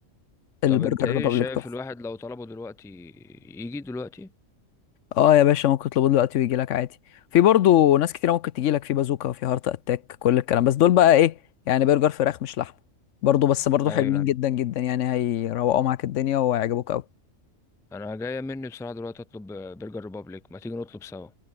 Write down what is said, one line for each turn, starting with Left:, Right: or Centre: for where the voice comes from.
Left: البرجر
Centre: طب انت ايه
Left: ريبابليك
Centre: شايف
Left: تحفه
Centre: الواحد لو طلبه دلوقتي يجي دلوقتي
Left: اه يا باشا ممكن تطلبه دلوقتي ويجي لك عادي في برضه ناس كتيره ممكن تجي لك في بازوكا وفي هارت اتاك كل الكلام بس دول بقى ايه يعني برجر فراخ مش لحمه برضه بس برضه
Centre: ايوه
Left: حلوين
Centre: ايوه
Left: جدا جدا يعني هيروقوا معاك الدنيا وهيعجبوك قوي
Centre: انا جاية مني بصراحة دلوقتي اطلب برجر ريبابليك ما تيجي نطلب سوا